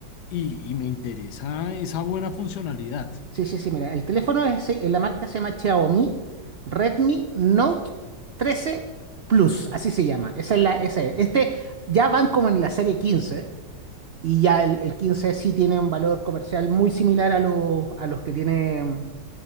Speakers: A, on the left (about 70°); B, on the right (about 80°).
A: y, y me interesa esa buena funcionalidad.
B: sí, sí, sí, mira, el teléfono es, eh, la marca se llama Xiaomi Redmi Note trece Plus, así se llama. Esa es la, esa es. Este ya van como en la serie 15 y ya el, el 15 sí tiene un valor comercial muy similar a los, a los que tiene